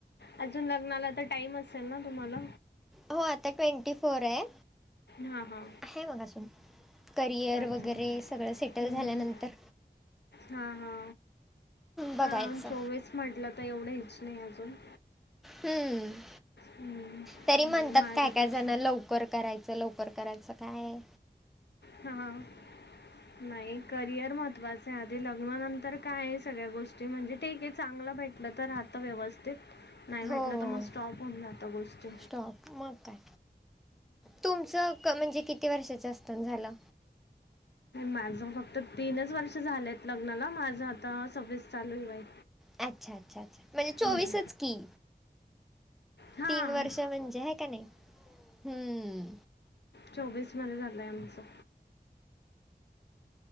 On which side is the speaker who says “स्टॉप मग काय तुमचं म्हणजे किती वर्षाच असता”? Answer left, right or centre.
Centre